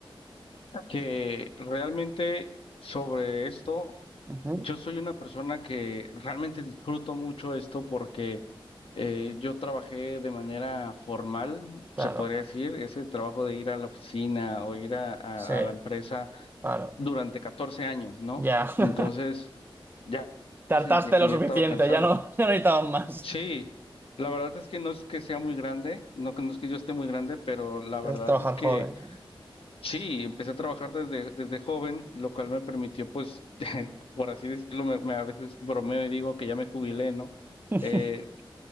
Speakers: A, on the left; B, on the right.
A: que realmente sobre esto,
B: Ujú.
A: yo soy una persona que realmente disfruto mucho esto porque eh, yo trabajé de manera formal,
B: Claro,
A: se podría decir, ese trabajo de ir a la oficina o ir a, a-
B: sí,
A: a la empresa
B: claro,
A: durante 14 años, ¿no?
B: ya. <laughs>
A: Entonces, ya
B: Tartaste
A: sentía que
B: lo
A: ya
B: suficiente,
A: estaba cansado.
B: ya no, <laughs> ya no necesitabas más.
A: Sí, la verdad es que no es que sea muy grande, no, que- no es que yo esté muy grande, pero la verdad
B: Es trabajar
A: es que...
B: joven.
A: Sí, empecé a trabajar desde, desde joven, lo cual me permitió, pues, <laughs> por así decirlo, me, me a veces bromeo y digo que ya me jubilé, ¿no?
B: <laughs>
A: Eh,